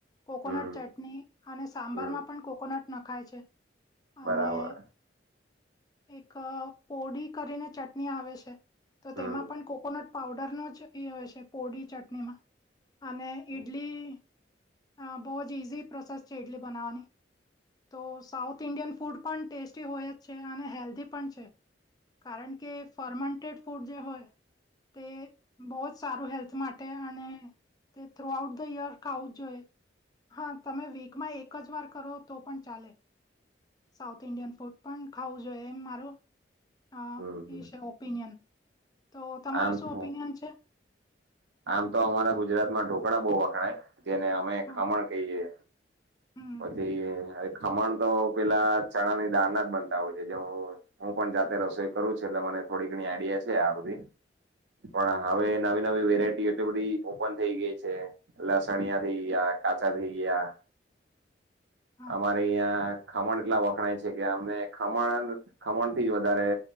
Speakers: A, on the left; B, on the right.
A: કોકોનટ
B: હમ્મ
A: ચટણી અને સાંબારમાં
B: હમ્મ.
A: પણ કોકોનટ નખાય છે.
B: બરાબર.
A: અને એક પોડી કરીને ચટણી આવે છે. તો
B: હમ્મ.
A: તેમાં પણ કોકોનટ પઉડરનો જ એ આવે છે પોડીી ચટણીમાં. અને
B: હમ્મ
A: ઇડલી અ બો જ ઇઝી પ્રોસેસ છે, ઇડલી બનાવવાની તો સાઉથ ઇન્ડિયન ફૂડ પણ ટેસ્ટી હોય જ છે, અને હેલ્ધી પણ છે. કારણ કે ફર્મેન્ટેડ ફૂડ જે હોય તે બોવ જ સારું હેલ્થ મા તે અને તે થ્રુ આઉટ ધ યર ખાવું જોઈએ હા તમે વીકમાં એ ક જ વાર કરો તો પણ ચાલે સાઉથ ઇન્ડિયન ફૂડ પણ ખાવું જોઈએ એમ મારો અ
B: હમ્મ.
A: એ છે, ઓપિનિયન તો તમારો
B: આમ
A: શું
B: તો
A: ઓપિનિયન છે?
B: આમ તો અમારા ગુજરાતમાં ઢોકળા બો વખણાય જેને અમે
A: હા
B: ખમણ કહીએ
A: હમ
B: પછી એ ખમણ તો પેલા ચણાની દાળના જ બનતા હોય છે, જેમ હું પણ જાતે રસોઈ કરું છું એટલે મને થોડી ઘણી આઈડિયા છે, આ બધી પણ હવે નવી નવી વેરાયટી એટલી બધી ઓપન થઈ ગઈ છે. લસણિયા થઈ ગયા કાચા થઈ ગયા
A: હા
B: અમારે અહિયાં ખમણ એટલા વખણાય છે, કે અમને ખમણ ખમણ થી જ વધારે